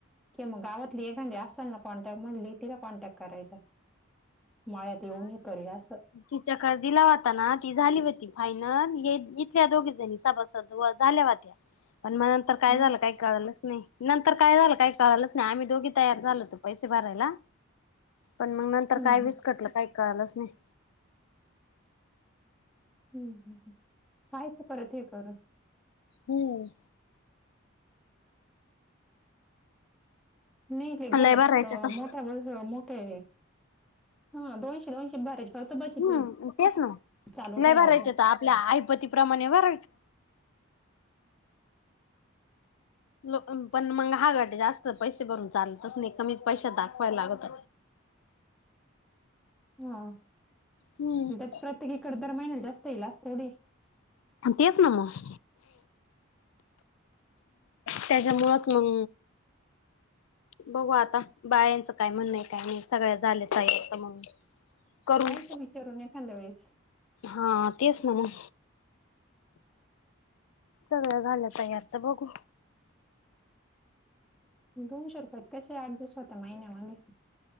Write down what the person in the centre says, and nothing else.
किंग गावातली एखादी असाल ना कॉन्टॅक्ट म्हटली तिला कॉन्टॅक्ट करायचा माळ्यात येऊन हे करू असं
मग
हम्म
हम्म
हम्म हम्म हम् कायच परत हे करून
नाही ते घरात
मोठ्याजू मोठे हा दोनशे दोनशे बरेच फवत बचितलं
चालू
ठेवायचा
हा
प्रत्येकी इकडे दर महिन्याला जास्त येईल अस थोडी
पाहायचं विचारून एखाद्या वेळेस
दोनशे रुपयात कसे आठ दिवस होत महिन्यामध्येग